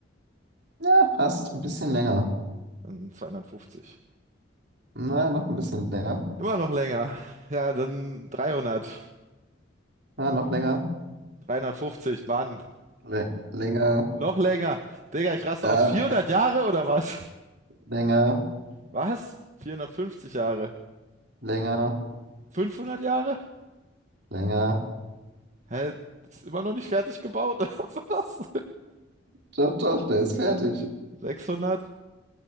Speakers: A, on the right; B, on the right.
A: Ja, fast. Ein bisschen länger.
B: Dann 250.
A: Na, noch ein bisschen länger.
B: Immer noch länger. Ja, dann 300.
A: Na, noch länger.
B: 350, Mann.
A: Lä- länger.
B: Noch länger. Digga, ich raste
A: ja,
B: aus. 400
A: <laughs>
B: Jahre oder was?
A: länger.
B: Was? 450 Jahre.
A: Länger.
B: 500 Jahre?
A: Länger.
B: Hä? Ist immer noch nicht fertig gebaut? <laughs> oder Was?
A: Doch, doch, der ist fertig.
B: 600?